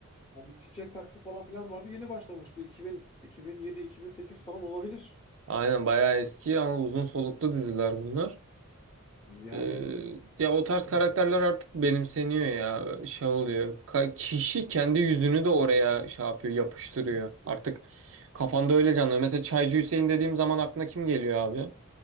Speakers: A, on the left; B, on the right.
A: Yani çiçek taksi falan filan vardı. Yeni başlamıştı. 2000, 2007-2008 falan olabilir.
B: Aynen bayağı eski ama uzun soluklu diziler bunlar.
A: Yani
B: Ee, ya o tarz
A: <clears throat>
B: karakterler artık benimseniyor ya. Şey oluyor. ka- kişi kendi yüzünü de oraya şey yapıyor, yapıştırıyor. Artık kafanda öyle canlanıyor. Mesela Çaycı Hüseyin dediğim zaman aklına kim geliyor abi?